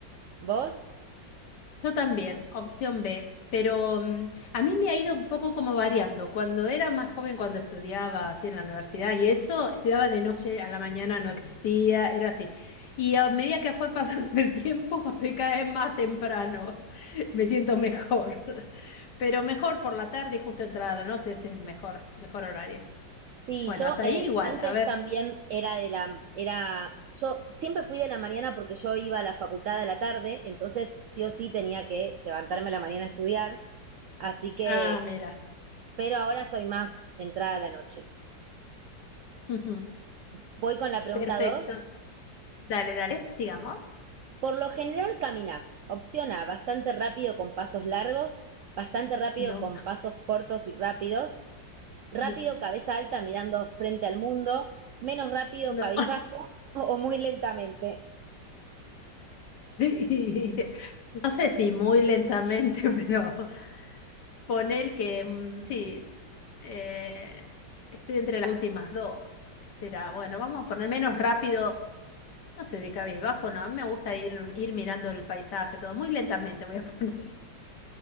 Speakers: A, on the right; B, on the left.
A: ¿Vos?
B: Yo también, opción B, pero mm, a mí me ha ido un poco como variando. Cuando era más joven, cuando estudiaba así en la universidad y eso, estudiaba de noche a la mañana, no existía, era así. Y a medida que fue <laughs> pasando el tiempo, estoy cada vez más temprano, <laughs> me siento mejor. <laughs> Pero mejor por la tarde y justo entrada la noche, ese es el mejor, mejor horario.
A: Sí,
B: Bueno,
A: yo
B: hasta
A: eh,
B: ahí igual,
A: antes
B: a ver.
A: también era de la, era, yo siempre fui de la mañana porque yo iba a la facultad de la tarde, entonces sí o sí tenía que levantarme a la mañana a estudiar, así que,
B: Ah, mira.
A: pero ahora soy más entrada a la noche.
B: Ujú.
A: Voy con la pregunta
B: Perfecto.
A: dos.
B: Dale, dale, sigamos.
A: Por lo general caminas, opción A, bastante rápido con pasos largos, bastante rápido
B: No,
A: con pasos cortos y rápidos, rápido
B: no.
A: cabeza alta mirando frente al mundo, menos rápido
B: No.
A: cabizbajo <laughs> o muy lentamente.
B: <laughs> No sé si muy lentamente, <laughs> pero ponel que mm, sí, eh, estoy entre las últimas dos. ¿Qué será? Bueno, vamos a poner menos rápido, no sé si cabizbajo, no, a mí me gusta ir, ir mirando el paisaje, todo muy lentamente voy a <laughs> poner.